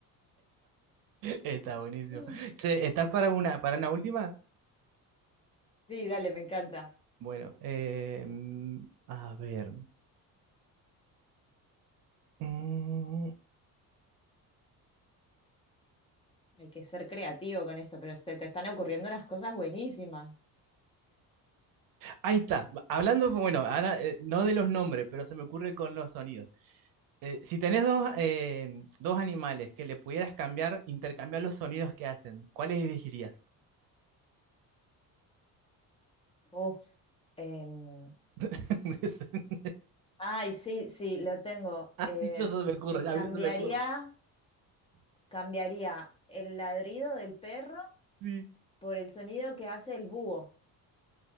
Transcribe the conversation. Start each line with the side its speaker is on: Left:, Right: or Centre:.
Right: Está buenísimo.
Left: <gasps>
Right: Che, ¿estás para una, para una última?
Left: Sí, dale, me encanta.
Right: Bueno, eh, mm, a ver. Mm.
Left: Hay que ser creativo con esto, pero se te están ocurriendo unas cosas buenísimas.
Right: Ahí está. Hablando, bueno, ahora eh, no de los nombres, pero se me ocurre con los sonidos. Eh, si tenés dos, eh, dos animales que le pudieras cambiar, intercambiar los sonidos que hacen, ¿cuáles elegirías?
Left: Uf. em,
Right: <laughs>
Left: ay, sí, sí, lo tengo. Eh,
Right: Y eso se me ocurre,
Left: eh,
Right: ya
Left: cambiaría,
Right: a mí se me ocurre.
Left: cambiaría el ladrido del perro
Right: Sí.
Left: por el sonido que hace el búho.